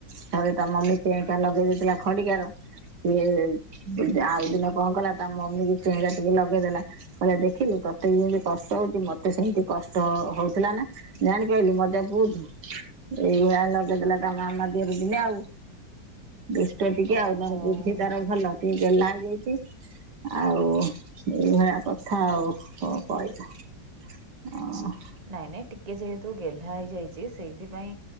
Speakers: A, on the right; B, on the right.
A: ଥରେ ତା ମମି ଚେଙ୍କା ଲଗେଇ ଦେଇଥିଲା ଖଡିିକାର ସିଏ ଆଉ ଦିନ କଣ କଲା ତା ମମି କି ଚେହେଁରା ଟିକେ ଲଗେଇଦେଲା କହିଲା ଦେଖିଲୁତ୍ ତତେ ଯେମତି କଷ୍ଟ ହଉଛି ମତେ ସେମିତି କଷ୍ଟ ହଉଥିଲା ନା ଜାଣିପାରିଲୁ ମଜା ବୁଝୁ। ଏଇ ଭଳିଆ ଲଗେଇଦେଲା ତା ମାମା ଦେହରେ ଦିନେ ଆଉ। ଦୁଷ୍ଟ ଟିକେ
B: ଓହୋ
A: ଆଉ ନହେଲେ ବୁଦ୍ଧି ତାର ଭଲ, ଟିକେ ଗେଲ୍ହା ଛି ଆଉ ଏଇଭଳିଆ କଥା ଆଉ କ କହିବ। ଆଁ
B: ନାଇଁ ନାଇଁ ଟିକେ ଯେହେତୁ ଗେହ୍ଲା ହେଇଯାଇଛି, ସେଇଥିପାଇଁ